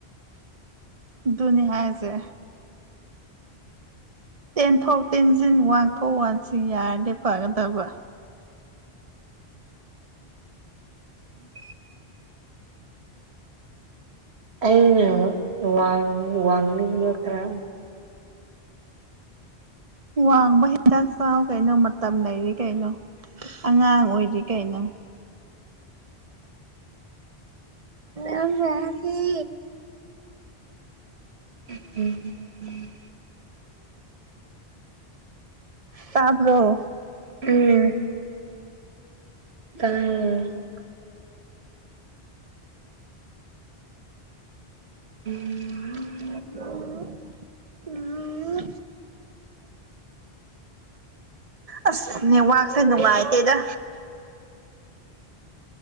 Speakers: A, on the right; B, on the right.
A: ꯑꯗꯨꯅꯤ ꯍꯥꯏꯁꯦ ꯇꯦꯟꯊꯣꯛ ꯇꯦꯟꯁꯤꯟ ꯋꯥ ꯐ ꯋꯥꯟ ꯁꯤ ꯌꯥꯦ ꯐ ꯇꯕ
B: ꯎꯝ ꯑꯩꯅ ꯋꯥ ꯋꯥꯡꯅꯤꯡꯕ ꯈꯔ
A: ꯋꯥꯡꯕ ꯍꯤꯗꯥꯛ ꯆꯥꯎ ꯀꯩꯅꯣ ꯃꯇꯝ ꯂꯩꯔꯤ ꯀꯩꯅꯣ ꯑꯉꯥꯡ ꯑꯣꯏꯔꯤ ꯀꯩꯅꯣ ꯑ ꯃꯁꯤ
B: ꯎꯝ
A: ꯇꯥꯕ꯭ꯔꯣ
B: ꯎꯝ ꯇꯥꯏꯌꯦ ꯎꯝ
A: ꯎꯝ ꯎꯝ ꯎ ꯑꯁꯅꯦ ꯋꯥꯥꯛꯁꯦ ꯅꯨꯡꯉꯥꯏꯇꯦꯗ